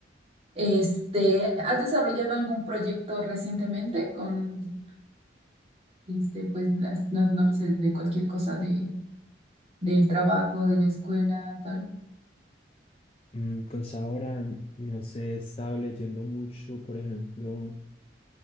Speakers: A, on the right (about 30°); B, on the left (about 30°).
A: este, ¿has desarrollado algún proyecto recientemente con, este, pues, las- no, no lo sé, de cualquier cosa de, del trabajo, de la escuela, tal?
B: Mm, Pues ahora, no sé, he estado leyendo mucho, por ejemplo,